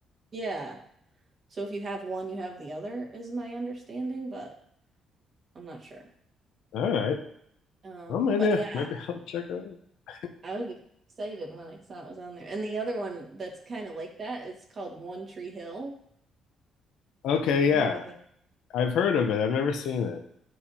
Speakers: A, on the right; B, on the left.
A: Yeah. So if you have one, you have the other, is my understanding, but I'm not sure.
B: All right.
A: Um,
B: Well, maybe
A: but yeah,
B: maybe <laughs> I'll check it out.
A: I was excited when I saw it was on there. And the other one that's kind of like that is called One Tree Hill.
B: Okay,
A: Have
B: yeah.
A: you heard of that?
B: I've heard of it. I've never seen it.